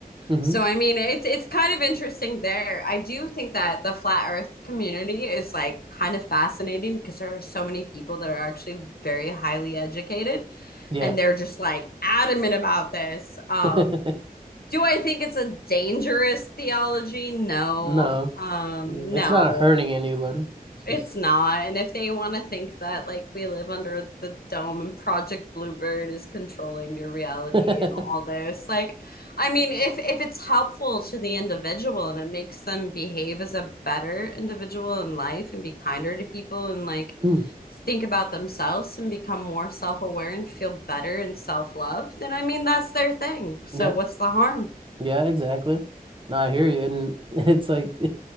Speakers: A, on the right; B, on the left.
A: Mm-hmm.
B: So I mean, it's it's kind of interesting there. I do think that the flat earth community is like kind of fascinating because there are so many people that are actually very highly educated
A: Yeah.
B: and they're just like adamant about this. Um
A: <laughs>
B: do I think it's a dangerous theology? No.
A: No.
B: Um
A: It's
B: no.
A: not hurting anyone. It's
B: It's
A: just
B: not. And if they want to think that, like, we live under the dome and Project Bluebird is controlling your reality
A: <laughs>
B: and all this, like, I mean, if if it's helpful to the individual and it makes them behave as a better individual in life and be kinder to people and like
A: Mm,
B: think about themselves and become more self-aware and feel better and self-love, then I mean, that's their thing. So
A: yeah,
B: what's the harm?
A: yeah, exactly. No, I hear you, and <laughs> it's like <laughs>